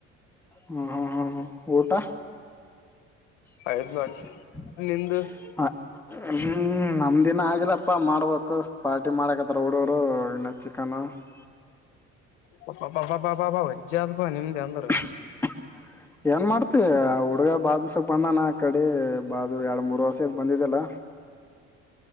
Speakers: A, in the centre; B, on the left (about 75°).
A: ಹ್ಮ ಹ ಹ ಹ ಹಾ. ಊಟಾ <inaudible>
B: ಐದ್ ಗಂಟೆ ನಿಂದು
A: ಆ ಹ್ಮ್ ನಮ್ದ್ ಇನಾ ಆಗಿಲ್ಲಪ್ಪಾ ಮಾಡ್ಬೇಕು ಪಾರ್ಟಿ ಮಾಡಕತ್ತಾರ ಹುಡಗೂರು ಇನ್ನು ಕನಾ <unintelligible>
B: ಪಾ ಪಾ ಪಾ ಪಾ ಪಾ ವಜ್ಜ ಆದ ಪಾ ನಿಮ್ದ್ ಅಂದ್ರ
A: <unintelligible> ಏನ್ ಮಾಡ್ತಿ ಆ ಹುಡ್ಗ ಬಾಳ ದಿವ್ಸಕ ಬಂದಾನ ಆ ಕಡೆ ಬಾ ಅದು ಎರಡು ಮೂರು ವರ್ಷ ಆತ್ ಬಂದಿದ್ದಿಲ್ಲಾ